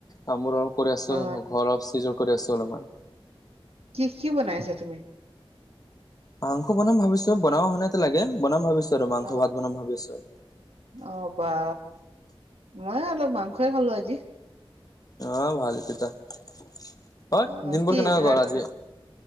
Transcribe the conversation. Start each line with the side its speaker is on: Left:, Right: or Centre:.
Left: কামবোৰ অলপ কৰি আছোঁ
Right: অ
Left: ঘৰ অলপ চিজিল কৰি আছোঁ অলপমান।
Right: কি কি বনাই আছা তুমি?
Left: মাংস বনাম ভাবিছোঁ বনাব হোৱা <unintelligible> লেকে বনাম ভাবিছোঁ আৰু মাংস
Right: অ
Left: ভাত বনাম ভাবিছোঁ।
Right: অ বা মই অলপ মাংসই খালোঁ আজি।
Left: অ ভালে তেতা <unintelligible>
Right: অ
Left: দিন
Right: কি
Left: বোৰ কেনেকুৱা
Right: ৰাত
Left: গ'ল আজি?